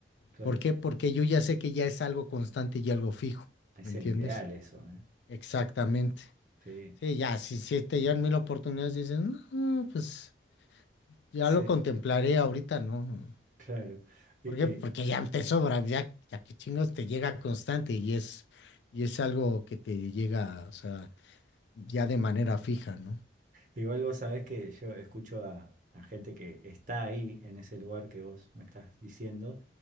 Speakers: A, on the right (about 45°); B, on the left (about 70°).
A: claro.
B: ¿Por qué? Porque yo ya sé que ya es algo constante y algo fijo,
A: Es
B: ¿me entiendes?
A: el ideal eso, ¿eh?
B: Exactamente.
A: Sí,
B: Sí, ya, si, si te llegan mil oportunidades, dices, "No, pues ya
A: sí,
B: lo contemplaré ahorita, ¿no?
A: claro. Eh,
B: ¿Por qué?
A: eh,
B: Porque ya te sobra, ya, ya que chingos te llega constante y es, y es algo que te llega, o sea, ya de manera fija, ¿no?
A: Igual vos sabés que yo escucho a, a gente que está ahí en ese lugar que vos me estás diciendo